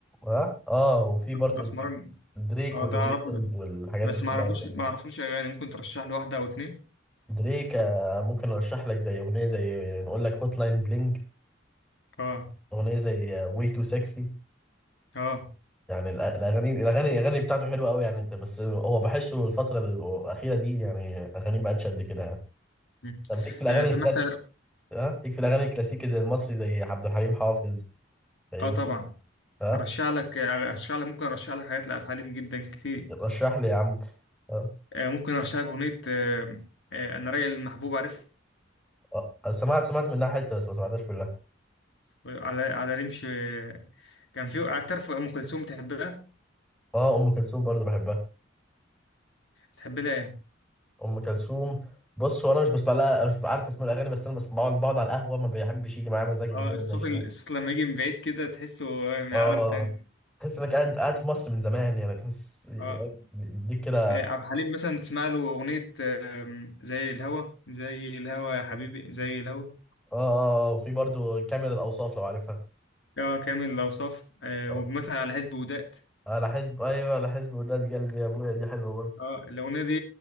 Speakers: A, in the centre; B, on the left.
A: ها اه وفي برضه
B: أس- أسمرني
A: دريك
B: آه
A: وذا
B: ده أعرفه
A: ويكند
B: ده
A: والحاجات
B: بس
A: دي كلها
B: ما أعرفوش
A: ما شاء
B: ما
A: الله
B: أعرفلوش أغاني ممكن ترشح لي واحدة أو اتنين
A: دريك آه، ممكن ارشح لك زي اغنيه زي نقول لك هوت لاين بلينج
B: اه
A: اغنيه زي واي تو سكسي
B: اه
A: يعني الأ- الاغاني الاغاني الاغاني بتاعته حلوه قوي يعني انت بس هو بحسه الفتره الاخيره دي يعني اغاني بقتش قد كده يعني
B: مم.
A: طب ليك في الاغاني
B: آه، سمعت
A: الكلاسيك ها ليك في الاغاني الكلاسيكي زي المصري زي عبد الحليم حافظ فيروز
B: اه طبعا
A: ها
B: ارشح لك ارشح لك ممكن ارشح لك حاجات لعبد الحليم جدا كتير
A: رشح لي يا عم ها
B: آه، ممكن ارشح لك اغنيه آه، آه، انا رايق المحبوب عارفها
A: آه، سمعت سمعت منها حته بس ما سمعتهاش كلها
B: على على رمش آه، كان في اعترف ام كلثوم تحبها
A: اه ام كلثوم برضه بحبها
B: تحب لها ايه
A: ام كلثوم بص هو انا مش بسمع لها مش عارف اسماء الاغاني بس انا بس بقعد بقعد على القهوه ما بيحبش يجي معايا مزاج
B: اه
A: ان هو
B: الصوت
A: ما يشغل
B: ال- الصوت لما يجي من بعيد كده تحسه من
A: اه
B: عالم تاني
A: تحس انك قاعد قاعد في مصر من زمان يعني تحس إيه،
B: اه
A: بيديك كده
B: آه، عبد الحليم مثلا تسمع له اغنيه آه، زي الهوى زي الهوى يا حبيبي زي الهوى
A: اه اه وفي برضو كامل الأوصاف لو عارفها
B: اه كامل الأوصاف آه
A: اه
B: ومثلا على حزب وداد
A: على حزب أيوة على حزب وداد قلبي يا أبويا دي حلوة برضو
B: اه الاغنيه دي